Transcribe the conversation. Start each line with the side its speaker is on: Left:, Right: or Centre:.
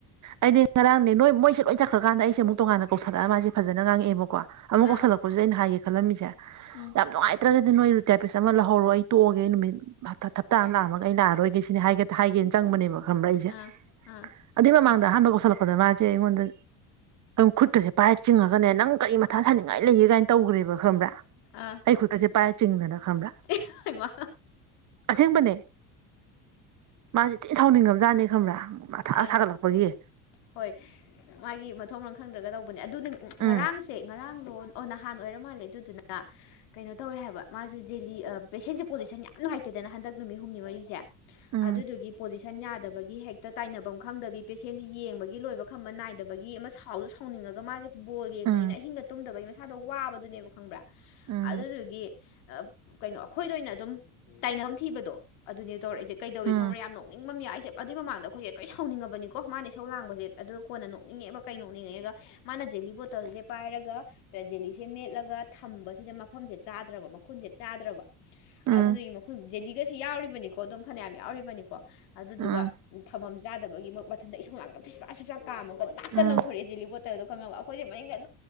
Right: ꯑꯩꯗꯤ ꯉꯔꯥꯡꯅꯦ ꯅꯣꯏ ꯃꯣꯏꯁꯦ ꯂꯣꯏ ꯆꯠꯈ꯭ꯔꯀꯥꯟꯗ ꯑꯩꯁꯦ ꯑꯃꯨꯛ ꯇꯣꯉꯥꯟ ꯀꯧꯜꯂꯑꯒ ꯃꯥꯁꯦ ꯐꯖꯅ ꯉꯥꯡꯉꯑꯦꯕꯀꯣ꯫ ꯑꯃꯨꯛ
Left: ꯑꯥ
Right: ꯀꯧꯁꯜꯂꯛꯄꯁꯤꯗ ꯑꯩꯅ ꯍꯥꯏꯌꯦ ꯈꯜꯂꯝꯃꯤꯁꯦ꯫
Left: ꯎꯝ
Right: ꯌꯥꯝ ꯅꯨꯡꯉꯥꯏꯇ꯭ꯔꯒꯗꯤ ꯅꯣꯢ <unintelligible> ꯄꯩꯁ ꯑꯃ ꯂꯧꯍꯧꯔꯣ ꯑꯩ ꯇꯣꯛꯑꯒꯦ ꯅꯨꯃꯤꯠ ꯍꯥꯞ꯫ ꯊꯞꯇꯥ ꯑꯃ ꯂꯥꯛꯑꯝꯃꯒ ꯑꯩ ꯂꯥꯛꯑꯔꯣꯏꯒꯦ ꯁꯤꯅꯤ ꯍꯥꯏ ꯍꯥꯏꯒꯦꯅ ꯆꯪꯕꯅꯦꯕ ꯈꯪꯕ꯭ꯔꯥ ꯑꯩꯁꯦ꯫
Left: ꯑꯥ ꯑꯥ
Right: ꯑꯗꯨꯏ ꯃꯃꯥꯡꯗ ꯑꯍꯥꯟꯕ ꯀꯧꯁꯤꯜꯂꯛꯄꯗ ꯃꯥꯁꯦ ꯑꯩꯉꯣꯟꯗ ꯈꯨꯠꯀꯁꯦ ꯄꯥꯏꯔꯞ ꯆꯤꯡꯉꯒꯅꯦ ꯅꯪ ꯀꯔꯤ꯫ ꯑꯊꯥ ꯁꯥꯅꯤꯡꯉꯥꯏ ꯂꯩꯒꯦ ꯀꯥꯏꯅ ꯇꯧꯈ꯭ꯔꯦꯕ ꯈꯪꯕ꯭ꯔꯥ꯫
Left: ꯑ
Right: ꯑꯩ ꯈꯨꯠꯀꯁꯦ
Left: ꯇꯣꯝꯃꯨꯔꯣ
Right: ꯄꯥꯏꯔ
Left: ꯇꯣꯝꯃꯨꯔꯣ
Right: ꯆꯤꯡꯗꯅ ꯈꯪꯕ꯭ꯔꯥ
Left: ꯍꯥꯢꯃꯥ꯫
Right: ꯑꯁꯦꯡꯕꯅꯦ ꯃꯥꯁꯦ ꯊꯤ ꯁꯥꯎꯅꯤꯡꯉꯝꯖꯥꯠꯅꯤ ꯈꯪꯕ꯭ꯔꯥ꯫ ꯃꯊꯥꯑ
Left: ꯑꯥ
Right: ꯁꯥꯒꯠꯂꯛꯄꯒꯤ꯫
Left: ꯍꯣꯏ ꯃꯥꯒꯤ ꯃꯊꯣꯝ ꯃꯔ ꯈꯪꯗ꯭ꯔꯒ ꯇꯧꯕꯅꯦ ꯑꯗꯨꯅ
Right: ꯎꯝ
Left: ꯉꯔꯥꯡꯁꯦ ꯉꯔꯥꯡ꯫ ꯂꯣꯟ ꯑꯣ ꯅꯍꯥꯟ ꯑꯣꯏꯔ ꯃꯥꯜꯂꯦ ꯑꯗꯨꯗꯨꯅ꯫ ꯀꯩꯅꯣ ꯇꯧꯔꯦ ꯍꯥꯏꯕ ꯃꯥꯁꯦ ꯖꯦꯂꯤ ꯄꯦꯁꯦꯟꯁꯦ ꯄꯣꯖꯤꯁꯟ ꯌꯥꯝ ꯅꯨꯡꯉꯥꯏꯇꯦꯗꯅ ꯍꯟꯗꯛ ꯅꯨꯃꯤꯠ ꯍꯨꯝꯅꯤ ꯃꯔꯤꯁꯦ꯫
Right: ꯎꯝ
Left: ꯑꯗꯨꯗꯨꯒꯤ ꯄꯣꯖꯤꯁꯟ ꯌꯥꯗꯕꯒꯤ ꯍꯦꯛ꯫ ꯇꯥꯏꯅꯐꯝ ꯈꯪꯗꯕꯤ ꯄꯦꯁꯦꯟꯁꯦ ꯌꯦꯡꯕꯒꯤ ꯂꯣꯏꯕ ꯈꯝꯕ ꯅꯥꯏꯗꯕꯒꯤ ꯑꯃ ꯁꯥꯎꯁꯨ ꯁꯥꯎꯅꯤꯡꯉꯒ ꯃꯥꯁꯦ꯫ ꯕꯣꯜ ꯌꯦꯡꯕꯅꯤꯅ
Right: ꯎꯝ
Left: ꯑꯍꯤꯡꯒ ꯇꯨꯝꯗꯕꯒꯤ ꯃꯁꯥꯗꯣ ꯋꯥꯕꯗꯨꯅꯦꯕ ꯈꯪꯕ꯭ꯔꯥ
Right: ꯎꯝ
Left: ꯑꯗꯨꯗꯨꯒꯤ ꯑ꯫ ꯀꯩꯅꯣ ꯑꯩꯈꯣꯏꯗ ꯑꯣꯏꯅ ꯑꯗꯨꯝ ꯇꯥꯏꯅꯐꯝ ꯊꯤꯕꯗꯣ ꯑꯗꯨꯅꯦ ꯇꯧꯔꯛꯏꯁꯦ ꯀꯩꯗꯧꯢ
Right: ꯎꯝ
Left: ꯈꯪꯕ꯭ꯔꯥ ꯌꯥꯝꯅꯣ꯫ ꯅꯤꯡ ꯃꯝ ꯌꯥꯎ ꯑꯗꯨꯏ ꯃꯃꯥꯡꯗ꯫ ꯑꯩꯈꯣꯏꯁꯦ ꯂꯣꯏ ꯁꯥꯎꯅꯤꯡꯉꯕꯅꯤꯀꯣ ꯃꯥꯅ ꯢꯁꯧ ꯂꯥꯡꯕꯁꯦ ꯑꯗꯨ ꯀꯣꯟꯅ ꯅꯣꯛꯅꯤꯡꯉꯦꯕ ꯀꯩ ꯅꯣꯛꯅꯤꯡꯉꯦ ꯑꯗꯨꯒ꯫ ꯃꯥꯅ ꯖꯦꯂꯤ ꯕꯣꯇꯜꯁꯦ ꯄꯥꯏꯔꯒ꯫ ꯖꯦꯂꯤꯁꯦ ꯃꯦꯠꯂꯒ ꯊꯝꯕꯁꯤꯗ ꯃꯐꯝꯁꯦ ꯆꯥꯗ꯭ꯔꯕ ꯃꯈꯨꯟꯁꯦ ꯆꯥꯗ꯭ꯔꯕ꯫
Right: ꯎꯝ
Left: ꯑꯗꯨꯗꯒꯤ ꯃꯈꯨ ꯖꯦꯂꯤꯒꯁꯤ ꯌꯥꯎꯔꯤꯕꯅꯤꯀꯣ ꯑꯗꯨꯝ ꯐꯅꯌꯥꯝ ꯌꯥꯎꯔꯤꯕꯅꯤꯀꯣ ꯑꯗꯨꯗꯨꯒ꯫
Right: ꯎꯝ
Left: ꯊꯝꯐꯝ ꯆꯥꯗꯕꯒꯤ ꯃꯊꯇ ꯏꯁꯧ ꯂꯥꯡꯉꯥ ꯄꯤꯁ ꯄꯥ ꯄꯤꯁ ꯄꯥ ꯀꯥꯝꯃꯒ ꯂꯥꯛꯇ
Right: ꯎꯝ
Left: ꯂꯧꯊꯣꯔꯑ ꯖꯤꯦꯂꯤꯕꯣꯠ꯫ ꯗꯣ ꯈꯪꯉꯕ ꯑꯩꯈꯣꯏꯁꯦ ꯃꯅꯤꯡꯗ